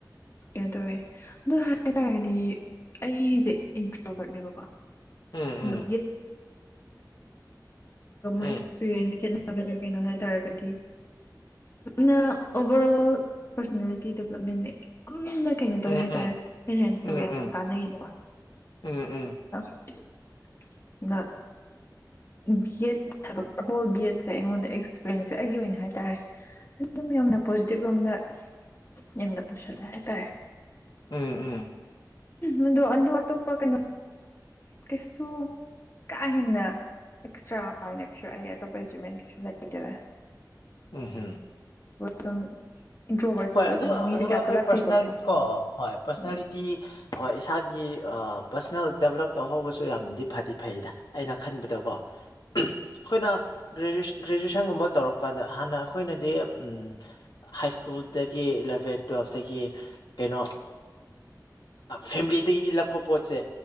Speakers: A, on the left; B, on the left.
A: ꯀꯩꯅꯣ ꯇꯧꯋꯦ ꯑꯗꯨ ꯍꯥꯏ ꯇꯔꯒꯗꯤ ꯑꯩꯁꯦ ꯏꯟꯇ꯭ꯔꯣꯕꯔꯠꯅꯦꯕꯀꯣ ꯇꯔ
B: ꯎꯝ ꯎꯝ ꯎꯝ
A: ꯑꯦꯛꯟꯁ ꯒꯦ ꯅꯍꯣꯏ ꯇꯔꯒꯗꯤ ꯅ ꯑꯣꯚꯔ ꯑꯣꯜ ꯄꯔꯁꯅꯦꯂꯤꯇꯤ ꯗꯦꯕꯂꯞꯃꯦꯟꯟꯅꯦ ꯅ ꯀꯩꯅꯣ ꯇꯧꯋꯦ
B: ꯎꯝ
A: ꯍꯥꯏꯇꯥꯔꯦ
B: ꯎꯝ
A: ꯑꯦꯟꯍꯦꯟꯁ ꯇꯧꯋ
B: ꯎꯝ
A: ꯌꯥꯝ
B: ꯎꯝ
A: ꯀꯥꯟꯅꯩꯌꯦꯕꯀꯣ
B: ꯎꯝ ꯎꯝ
A: <inaudible> ꯕꯤ ꯑꯦꯗꯕ ꯍꯣꯜ ꯕꯤ ꯑꯦꯠꯁꯦ ꯑꯩꯉꯣꯟꯗ ꯑꯦꯛꯁꯄꯤꯔꯤꯦꯟꯁꯁꯦ ꯑꯩꯒꯤ ꯑꯣꯏꯅ ꯍꯥꯏ ꯇꯔꯦ ꯑꯗꯨꯝ ꯌꯥꯝꯅ ꯄꯣꯖꯤꯇꯤꯕ ꯂꯣꯝꯗ ꯌꯥꯝꯅ ꯄꯨꯁꯜꯂꯦ ꯍꯥꯏꯇꯥꯔꯦ
B: ꯎꯝ ꯎꯝ ꯎꯝ
A: ꯃꯗꯨ ꯑꯟꯗ ꯋꯥ ꯇ ꯎꯞꯄ ꯀ ꯀꯁꯁꯨ ꯀꯥ ꯍꯦꯟꯅ ꯑꯦꯛꯁꯇ꯭ꯔꯥꯅꯁꯨ ꯑꯩ ꯑꯇꯣꯞꯄ ꯑꯦꯆꯤꯞꯃꯦꯟ ꯀꯩꯁꯨ ꯂꯩꯇꯦꯅ
B: ꯎꯝꯍꯝ
A: ꯑꯗꯨꯝ ꯏꯟꯇ꯭ꯔꯣꯕꯔꯠꯁꯨ
B: ꯍꯣꯏ
A: ꯑꯣꯏꯕꯅꯤꯅ
B: ꯑꯗꯨ
A: ꯃꯤꯁꯦ
B: ꯑꯗꯨꯒ
A: ꯀꯌꯥ
B: ꯑꯩꯈꯣꯏ
A: ꯄꯨꯜꯂꯛꯇꯦꯕꯀꯣ
B: ꯄꯔꯁꯅꯦ ꯀꯣ ꯍꯣꯏ ꯄꯔꯁꯅꯦꯂꯤꯇꯤ
A: ꯎꯝ
B: <inaudible> ꯑꯣ ꯏꯁꯥꯒꯤ ꯄꯔꯁꯣꯅꯦꯜ ꯗꯦꯕꯂꯞ ꯇꯧꯍꯧꯕꯁꯨ ꯌꯥꯝꯅꯗꯤ ꯐꯗꯤ ꯐꯩꯗ ꯑꯩꯅ ꯈꯟꯕꯗꯀꯣ ꯑꯩꯈꯣꯏꯅ ꯒ꯭ꯔꯦꯖꯨꯁꯟ ꯒ꯭ꯔꯦꯖꯨꯋꯦꯁꯟꯒꯨꯝꯕ ꯇꯧꯔꯛꯄ ꯀꯥꯟꯗ ꯍꯥꯟꯅ ꯑꯩꯈꯣꯏꯅꯗꯤ ꯎꯝ ꯍꯥꯏ ꯁ꯭ꯀꯨꯜꯗꯒꯤ ꯏꯂꯚꯦꯟ ꯇꯨꯋꯦꯜꯐꯇꯒꯤ ꯀꯩꯅꯣ ꯐꯦꯃꯤꯂꯤꯗꯒꯤ ꯏꯜꯂꯛꯄ ꯄꯣꯠꯁꯦ